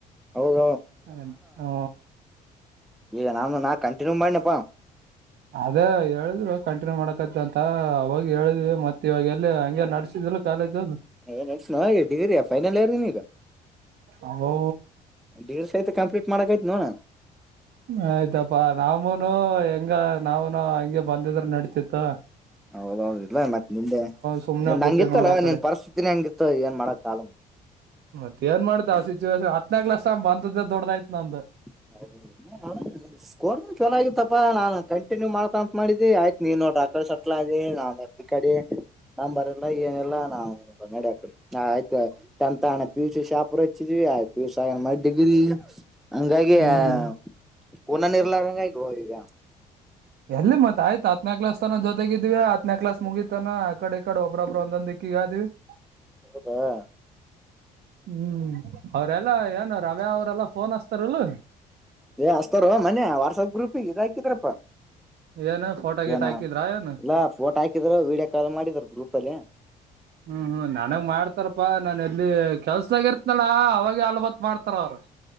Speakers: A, in the centre; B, on the right.
A: ಹೌದ
B: <unintelligible> ಹು
A: ಯಾ ನಂದ ನಾ ಕಂಟಿನ್ಯೂ ಮಾಡನಪ್ಪಾ
B: ಅದೇ ಹೇಳಿದ್ರು ಕಂಟಿನ್ಯೂ ಮಾಡಕತ ಅಂತ ಅವಾಗ ಹೇಳಿದ್ವಿ ಮತ್ತೆ ಇವಾಗ ಎಲ್ಲ ಹಂಗೆ ನಡ್ಸಿದಿಲ್ಲ ಕಾಲೇಜ್ ಅದು
A: <unintelligible> ಫೈನಲ್ಲ ಇಯರ ನೀನ ಈಗ
B: ಅವು
A: ಡಿಗ್ರಿ ಸತೇ ಕಂಪ್ಲೀಟ್ ಮಾಡಕ ಐತ ಅಣ್ಣ
B: ಆಯ್ತಪ್ಪಾ ನಾಮನು ಹೆಂಗ ನಾಾವನು ಹಂಗೆ ಬಂದಿದ್ರ ನಡ್ತಿತ್ತು.
A: ಹೌದೌ ಹೌದ ಇಲ್ಲ ಮತ್ ನಿಂದೆ
B: ಸುಮ್ನೆ
A: ನಿನ್
B: ಬಿಟ್ಟಿವ್
A: ಹಂಗಿತ್ತಲ್ಲ
B: ನೋಡ ಆ ಕಡೆ
A: ನಿನ್ ಪರಿಸ್ಥತಿನಿ ಹಂಗಿತ್ತ ಏನ ಮಾಡಕ್ ಆಗಲ್ಲ.
B: ಮತ್ತ ಏನ್ ಮಾಡತ ಆ ಸಿಚುವೇೇಶನ್ ಹತ್ನ ಕ್ಲಾಸ್ ಬಂದದ ದೊಡಯ್ತ ನಂದ
A: <unintelligible> ಹೌದು ಸ್ಕೋರ್ ಚಲ ಆಗತ್ತಪ್ಪಾ ನಾ ಕಂಟನ್ಯೂ ಮಾಡತ ಅಂತ್ ಮಾಡಿದಿ ಆಯ್ತ್ ನೀನ್ ನೋಡ್ರ ಆ ಕಡೆ ಸಟ್ಲ ಆದಿ ನಾನ ಈ ಕಡೆ ನಂಬರ್ ಇಲ್ಲ ಏನೆಲ್ಲಾ ನಾವು ನಡ ಹಾಕ ಹಾ ಆಯ್ತು ಟೆತ್ತ ಪಿ ಯು ಸಿ ಶಾಪರ್ ಹಚ್ಚಿದ್ವಿ ಹಾ ಪಿ ಯು ಸಿ ಆಗ ಮ್ಯಾಲ ಡಿಗ್ರಿ. ಹಂಗಾಗಿ
B: ಹ್ಮ್
A: <inaudible> ಕೂನ ನಿರ್ಲಾರಂಗ ಆಗೋ ಈಗ
B: ಎಲ್ಲಿ ಮತ್ತ ಆಯ್ತ ಹತ್ನೇ ಕ್ಲಾಸ್ ತನಾ ಜೊತೆಗಿದ್ವಿ ಹತ್ತನೇ ಕ್ಲಾಸ್ ಮುಗಿತನ ಅ ಕಡೆ ಈ ಕಡೆ ಒಬ್ಬೊಬ್ಬರುಂದ ದಿಕ್ಕಿಗೆ ಆದ್ವಿ <inaudible>
A: ಹೌದಾ
B: ಹ್ಮ್ ಅವ್ರಲ್ಲಾ ಏನ್ ರವ್ಯಾ ಅವ್ರಲ್ಲಾ ಫೋನ್ ಹಸ್ತಾರಲ್ಲ.
A: ಏ ಹಚ್ಚತಾರ ಮನೆ ವಾಟ್ಸಪ್ ಗ್ರೂಪ್ ಇದ ಹಾಕಿದ್ರಪ್ಪಾ. <inaudible>
B: ಏನ್ ಫೋಟೋ ಗಿಟ
A: ಏನ
B: ಹಾಕಿದ್ರ ಏನ್
A: ಇಲ್ಲ ಫೋಟೋ ಹಾಕಿದರು ವಿಡಿಯೋ ಕಾಲ್ ಮಾಡಿದರು ಗ್ರೂಪ ಅಲ್ಲಿ
B: ಹ್ಮ ನನಗ ಮಾಡ್ತಾರಪ್ಪಾ ನಾನ ಎಲ್ಲಿ ಕೆಲ್ಸದಾಗ ಇರ್ತನಲ್ಲ ಅವಾಗ ಅಲ್ಬತ್ ಮಾಡ್ತಾರ ಅವ್ರು <inaudible>